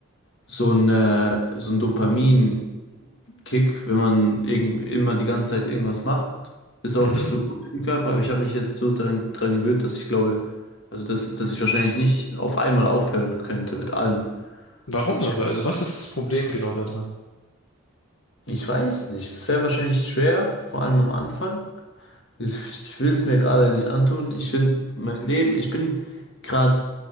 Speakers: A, on the left; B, on the left.
A: so eine, so ein Dopamin. Kick, wenn man irg- immer die ganze Zeit irgendwas macht. Ist auch
B: Mhm.
A: nicht so gut für den Körper, aber ich habe mich jetzt so daran, daran gewöhnt, dass ich glaube, also dass, dass ich wahrscheinlich nicht auf einmal aufhören könnte mit allem.
B: Warum
A: Ich,
B: aber? Also was ist das Problem genau daran?
A: ich weiß nicht, es wäre wahrscheinlich schwer, vor allem am Anfang. Ich, ich will es mir gerade nicht antun. Ich finde mein Leben, ich bin gerade